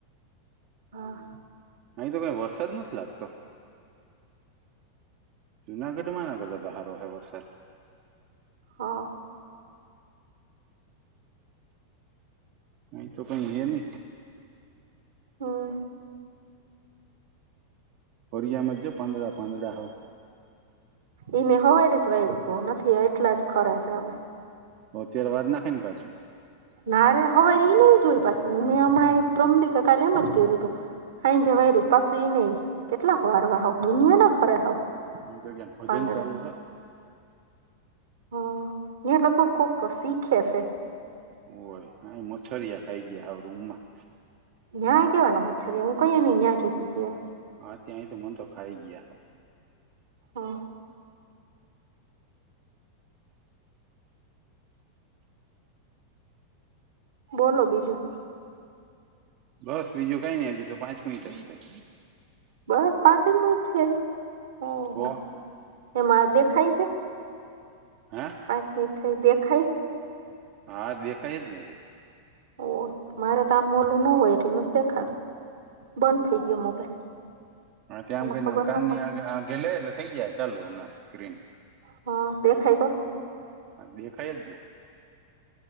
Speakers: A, on the right (about 60°); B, on the right (about 45°).
A: હા.
B: અહીં તો કઈ વરસાદ નથી લાગતો. જુનાગઢ માં આના કરતા તા હારો હારો વરસાદ.
A: હા.
B: અહી તો કઈ હે નહી.
A: હા.
B: ફરીયામાં જો પાદડા પાંદડા હ.
A: એઈ મે હવારે જ વાયરુ તું તો નથી એટલા જ ખરે શે હવે.
B: હ અત્યારે વાર નાખને પાછું.
A: નારે હવાર ઈ નઈ જોયું પાછું હું મેં હમણાં એ પ્રરમ દી કા કાલે એમ જ કર્યું તું. ખાઈ ને જવાય રૂ પાસુ ઈ નહિ કેટલાક ભાવરવા હ દુનિયા ના ખરે હાવ.
B: એ જગ્યા
A: પાંદડા
B: ભજન ચાલુ હે.
A: હમ્મ એ લોકો કોક ક સિખેશે.
B: હોવે કાઈ મછરિયા ખાઈ ગયા હાવ રૂમમાં.
A: ન્યાં કેવા નુ મચ્છર રીયુ હું કઈ ની ન્યા ઊભી તી.
B: હા ત્યાંય તો મન તો ખાઈ ગયાં.
A: હ. બોલો બીજું.
B: બસ બીજું કાઈ નઈ હજી તો પાંચ મિનિટ જ થઈ.
A: બસ પાંચે જ મિનિટ થઈ હજુ, ઓહો!
B: તો
A: એમાં દેખાય શે?
B: હા.
A: પાંચ મિનિટ થઈ દેખાય?
B: હા દેખાય જ ને તી.
A: ઓહ! મારે કામ ઓલું ન હોય એટલે નથ દેખાતું. બંધ થઈ ગયો મોબાઈલ.
B: હ તે આમ
A: એમાં
B: કરીન
A: ખબર
B: આમ
A: ન
B: કાને
A: પડે
B: આ આઘે લે એટલે થઈ જાહે ચાલુ હમણાં સ્ક્રીન.
A: હ દેખાય તો.
B: હા દેખાય જ ને.